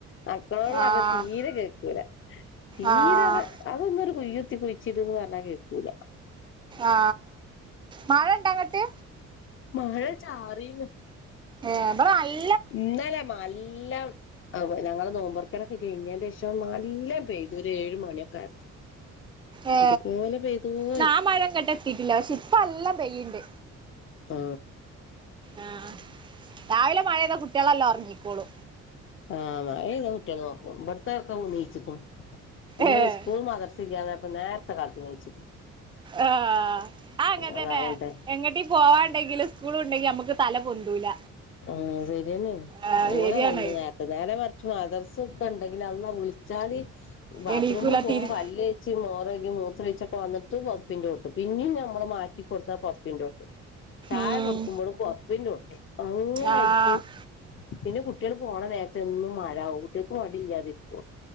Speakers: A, on the left (about 45°); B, on the right (about 15°).
A: മക്കളോട് പറഞ്ഞ
B: ആഹ്
A: തീരെ കേക്കൂല. തീരങ്ങനെ
B: ആഹ്
A: അതൊന്നൊരു കുയി കുത്തി കുയിച്ട് ന്ന് പറഞ്ഞ കേക്കുല.
B: ആ മഴ ണ്ടങ്ങട്ട്?
A: മഴ ചാറിന്നു.
B: ഏ ബടെ നല്ല്-
A: ഇന്നലെ നല്ല ഞങ്ങള നോമ്പ്- അതൊക്കെ കഴിഞ്ഞതിന്റെ ശേഷം നല്ലോം പെയ്തു ഒരു ഏയ് മണി ഒക്കെ ആയപ്പോ.
B: ഏ
A: ഇതുപോലെ പെയ്തോയി
B: ന്നാ മഴ ഇങ്ങട്ടെതീറ്റില്ല പഷേ പ്പോ നല്ല പേയിട്ട് ണ്ട്.
A: ആ.....
B: ആ രാവിലെ മഴപെയ്താ കുട്ടികളെല്ലാം ഒറങ്ങിക്കോളൂ
A: ആ മഴപെയ്താ കുട്ടികളൊറങ്ങും ഇമ്പടത്തൊക്കെണീറ്റിരിക്ക്ണു ഇന്ന്
B: ഏഹ്
A: സ്കൂളും മാദ്രസ്സയില്ലാതായപ്പോ നേരത്തെ കാലത്തെ എണീച്ചിരിക്കണ്
B: ആ ആ അങ്ങന തന്നെ
A: അത് അങ്ങനത്തെ
B: എങ്ങോട്ടെങ്കി പോവാണ്ടെങ്കിലും സ്കൂൾ ണ്ടെങ്കി നമുക്ക് തല പൊന്തൂല
A: ആ ശരിയന്നാണ്
B: ആഹ്
A: ഓനതൊന്നും
B: ശരിയാണ്
A: നേരത്തെ നേരെമറിച്ച് മദർസൊക്കെണ്ടെങ്കില് അാള്ളാ വിളിച്ച ച്ചാല് ബാത്റൂമ്
B: എണീക്കൂല
A: പോകുമ്പോ
B: തിരി
A: പല്ലേച്ച് മോറഴ്കി മൂത്രൊഴിച്ചൊക്കെ വന്നിട്ട് പൊതപ്പിന്റോട്ടും പിന്നേം നമ്മള് മാറ്റിക്കൊടുത്താ പൊതപ്പിന്റോട്ടും ചായ
B: ഉം
A: കൊടുക്കുമ്പൊളും പൊതപ്പിന്റോട്ടും അങ്ങനായിട്ട്
B: ആഹ്
A: പിന്നെ കുട്ടികൾ പോണനേരത്തെന്നും മഴ കുട്ടികൾക്ക് മടിയില്ലാതിരിക്കുമോ